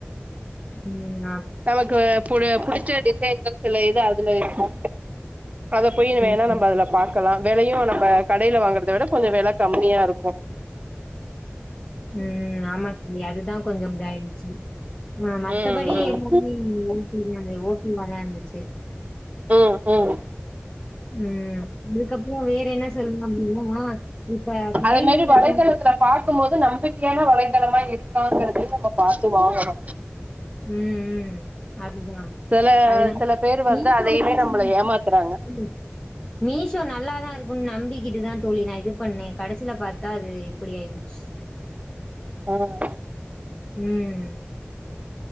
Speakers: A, on the left; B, on the right.
A: <unintelligible>
B: நமக்கு பு புடிச்ச டிசைன்கள் சில இது அதுல இருக்கு அத போயி
A: ம்
B: வேணா நம்ம அதுல பாக்கலா வெலையு நம்ப கடையில வாங்கறத விட கொஞ்சோ வெல கம்மியா இருக்கு
A: உம் ஆமா இங்க அதுதா கொஞ்சோ இப்டி ஆயிடுச்சு ஆஹ் மத்தபடி
B: ம்
A: <unintelligible> ஓட்டி வெளாண்டுச்சு
B: ம் ம் ம்
A: உம்ஹ் அதுக்கப்றோ வேற என்ன சொல்னு அப்டின்னா இப்ப <unintelligible>
B: அதே மாரி வலைதளத்துல பாக்கும்போது நம்பிக்கையான வலைதளமா இருக்காங்கறத நம்ம பாத்து வாங்கணு
A: உம்ஹ் உம்ஹ் அதுதா
B: சில
A: அதுனா
B: சில பேர்
A: மீசோ
B: வந்து அதையவே
A: <unintelligible>
B: நம்மள ஏமாத்துறாங்க
A: மீ சோ நல்லாதா இருக் நம்பிக்கிட்டுதா தோழி நா இது பண்ண கடைசியில பாத்தா அது இப்படி ஆயிபோச்சு
B: ஆஹ் ஆஹ்
A: ம் ஹ்